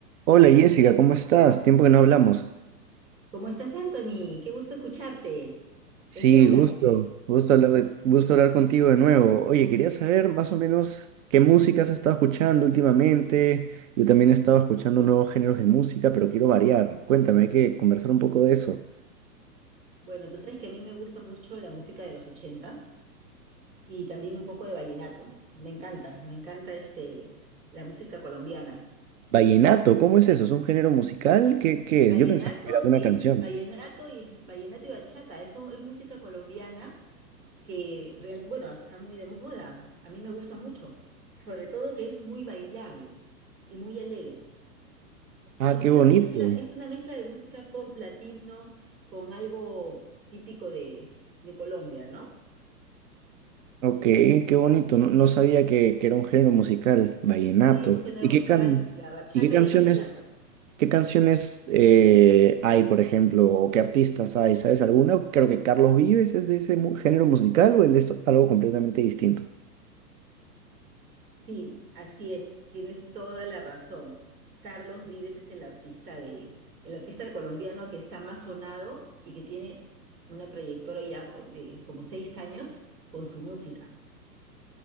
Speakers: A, on the right; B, on the right.
A: Hola Jessica, ¿cómo estás? Tiempo que no hablamos.
B: ¿Cómo estás, Anthony? Qué gusto escucharte.
A: Sí,
B: ¿En qué andas?
A: gusto,
B: Sí.
A: gusto hablar de, gusto hablar contigo de nuevo. Oye, quería saber más o menos qué música has estado escuchando últimamente. Yo también he estado escuchando nuevos géneros de música, pero quiero variar. Cuéntame, hay que conversar un poco de eso.
B: Bueno, tú sabes que a mí me gusta mucho la música de los 80 y también un poco de vallenato. Me encanta, me encanta este, la música colombiana.
A: Vallenato, ¿cómo es eso? ¿Es un género musical? ¿Qué, qué
B: Vallenato,
A: es? Yo pensaba que era
B: sí,
A: una canción.
B: vallenato y vallenato y bachata, eso es música colombiana que real, bueno, está muy de moda. A mí me gusta mucho, sobre todo que es muy bailable y muy alegre.
A: Ah,
B: Es
A: qué
B: una
A: bonito.
B: mezcla, es una mezcla de música pop latino con algo típico de, de Colombia, ¿no?
A: Ok, qué bonito. No, no sabía que, que era un género musical, vallenato.
B: Sí, es un género
A: ¿Y
B: musical,
A: qué can
B: la bachata
A: y qué canciones,
B: y el vallenato.
A: qué canciones eh, hay, por ejemplo, o qué artistas hay? ¿Sabes alguna? Creo que Carlos Vives es de ese mu- género musical o él es algo completamente distinto.
B: Sí, así es, tienes toda la razón. Carlos Vives es el artista de, el artista colombiano que está más sonado y que tiene una trayectoria ya co- de como seis años con su música.